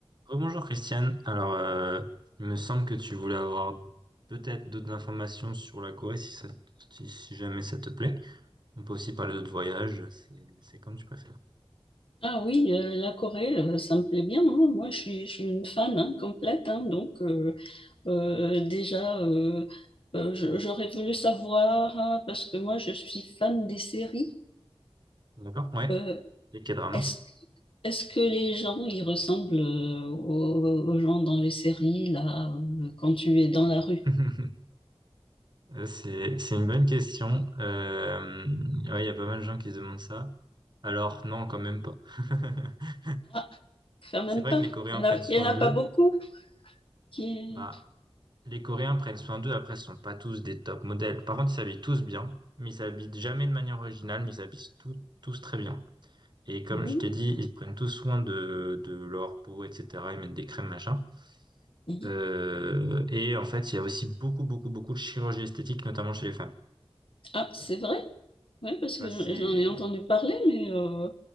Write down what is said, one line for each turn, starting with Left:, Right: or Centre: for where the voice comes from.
Right: Rebonjour Christiane. Alors, euh, il me semble que tu voulais avoir peut-être d'autres informations sur la Corée si, ça, si, si jamais ça te plaît. On peut aussi parler d'autres voyages, c'est c'est comme tu préfères.
Left: Ah oui, euh, la Corée, euh, ça me plaît bien. hein. Moi, je suis, je suis une fan hein, complète. hein. donc, euh, euh, déjà, euh, euh, je- j'aurais voulu savoir, hein, parce que moi, je suis fan des séries.
Right: D'accord? Ouais.
Left: Euh,
Right: les quel drama?
Left: est-ce, est-ce que les gens, ils ressemblent euh, aux, aux gens dans les séries, là, euh, quand tu es dans la rue?
Right: <laughs> Euh, C'est c'est une bonne question. Euh, ouais, il y a pas mal de gens qui se demandent ça. Alors, non, quand même pas. <laughs>
Left: Ah, quand même
Right: C'est vrai
Left: pas.
Right: que les Coréens
Left: Il n'y
Right: prennent
Left: en a,
Right: soin
Left: il y en a
Right: d'eux.
Left: pas beaucoup qui...
Right: Bah, Les Coréens prennent soin d'eux, après, ce sont pas tous des top modèles. Par contre, ils s'habillent tous bien, mais ils s'habillent jamais de manière originale, mais ils s'habillent tout- tous très bien. Et comme
Left: Mhm,
Right: je t'ai dit, ils prennent tous soin de, de leur peau, etc. Ils mettent des crèmes, machin.
Left: mhm.
Right: Euh, et en fait, il y a aussi beaucoup, beaucoup, beaucoup de chirurgie esthétique, notamment chez les femmes.
Left: Ah, c'est vrai? Oui, parce
Right: Ça,
Left: que
Right: c'est...
Left: j'en j'en ai entendu parler, mais... euh,